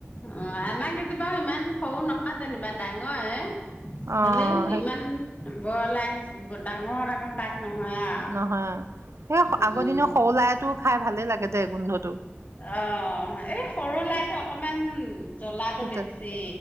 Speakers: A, on the left; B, on the right.
A: অহ', আমাৰ কেতিয়াবা ইমান সৰু নহয় যেনিবা ডাঙৰ এ
B: অ
A: হলেও
B: সেই
A: ইমান বলাই ডাঙৰ - ডাঙৰ পাত। নহয় আৰু।
B: নহয় সেই
A: উম,
B: আগৰ দিনৰ সৰু লাইটো খাই ভালে লাগে দে গোন্ধটো।
A: অহ ', এই সৰু লাইটো অকমান জ্বলাটো
B: তিতা
A: বেছি।